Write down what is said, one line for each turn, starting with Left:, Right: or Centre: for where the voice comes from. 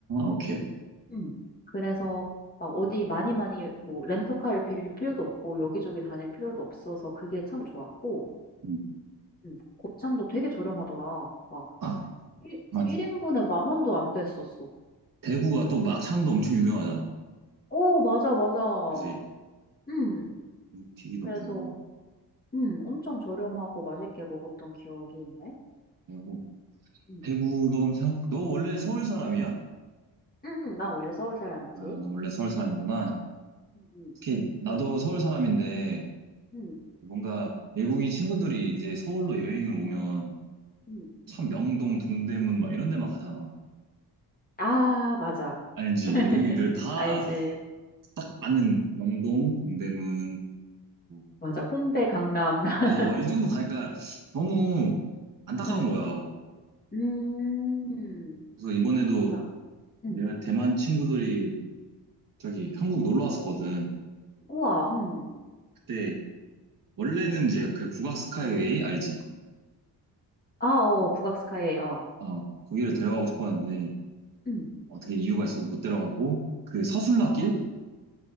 Right: 오케이.
Left: 음. 그래서 막 어디 많이 많이 뭐 렌터카를 빌릴 필요도 없고 여기저기 다닐 필요도 없어서 그게 참 좋았고
Right: 음.
Left: 음, 곱창도 되게 저렴하더라. 막
Right: 아,
Left: 1,
Right: 맞.
Left: 일인분에만 원도 안 됐었어.
Right: 대구가 또 막창도 엄청 유명하잖아.
Left: 오, 맞아, 맞아.
Right: 그지?
Left: 음,
Right: 음, 튀기도
Left: 그래서
Right: 엄청 유명하고.
Left: 음, 엄청 저렴하고 맛있게 먹었던 기억이 있네.
Right: 대구.
Left: 음.
Right: 대구도 한번 생각, 너 원래 서울 사람이야?
Left: 음, 난 원래 서울 사람이지.
Right: 아, 너 원래 서울 사람이구나.
Left: 음. 음.
Right: 특히 나도 서울 사람인데
Left: 음,
Right: 뭔가 외국인 친구들이 이제 서울로 여행을 오면
Left: 음.
Right: 참 명동, 동대문 막 이런 데만 가잖아.
Left: 아, 맞아.
Right: 알지?
Left: <laughs>
Right: 외국인들은 다
Left: 알지.
Right: 딱 아는 명동, 동대문. 뭐.
Left: 맞아. 홍대, 강남. <laughs>
Right: 맞아. 이 정도 가니까 너무 안타까운
Left: 음.
Right: 거야.
Left: 음.
Right: 그래서 이번에도
Left: 맞아.
Right: 내가
Left: 응.
Right: 대만 친구들이 저기 한국 놀러 왔었거든.
Left: 우와, 응.
Right: 그때 원래는 이제 그 북악 스카이웨이 알지?
Left: 아, 어, 북악스카이, 어.
Right: 아, 거기를 데려가고 싶었는데
Left: 응.
Right: 어떻게 이유가 있어서 못 데려가고 그 서순라길?
Left: 아,